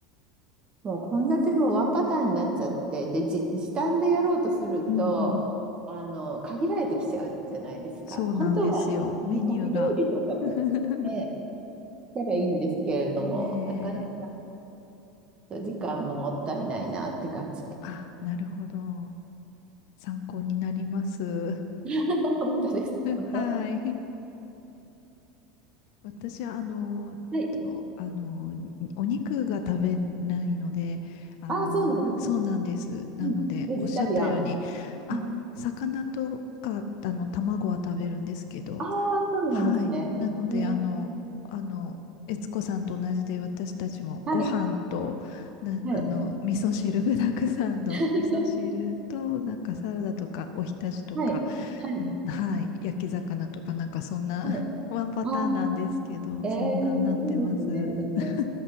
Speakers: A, on the right; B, on the left.
A: もう献立もワンパターンになっちゃって、で、じ、時短でやろうとすると、
B: うんうん。
A: あの、限られてきちゃうじゃないですか。
B: そうなんですよ。
A: 本当は煮込み料理とかもね、
B: メニューが。<laughs>
A: したらいいんですけれども、
B: うん。ねえ。
A: なかなかと時間ももったいないなって感じで。
B: あ、なるほど。参考になります。<laughs>
A: <laughs> 本当ですか
B: はい。私はあの、
A: はい。
B: とあの、お肉が食べないので、あの、
A: ああ、そうなんですね。
B: そうなんです。なので、
A: うん。ベジタリアン。
B: おっしゃったように、あ、
A: あ
B: 魚とか、あの、卵は食べるんですけど、
A: あー、そうなんですね。
B: はい。なので、
A: ね。
B: あの、あの、悦子さんと同じで、私たちもご飯と、
A: はい。
B: な、
A: はい。
B: あの、味噌汁具だくさんの味噌汁と、
A: <laughs>
B: なんかサラダとか、おひたしとか、
A: はい。はい。
B: うんはい。焼き魚とかなんかそんな
A: はい。
B: <laughs> ワンパターンなんですけど、
A: ああ。ええいいですね。
B: そんなんなってます。
A: でも、
B: <laughs>